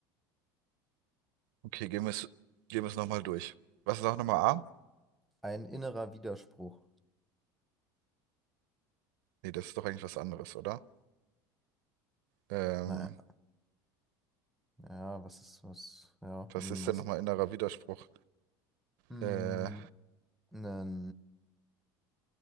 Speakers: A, on the right; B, in the centre.
A: Okay, gehen wir es, gehen wir es nochmal durch. Was ist auch nochmal A?
B: Ein innerer Widerspruch.
A: Nee, das ist doch eigentlich was anderes, oder? Ähm,
B: Naja, ja, was ist was? Ja,
A: was
B: hm,
A: ist
B: was?
A: denn nochmal innerer Widerspruch?
B: Hm,
A: Äh,
B: nen,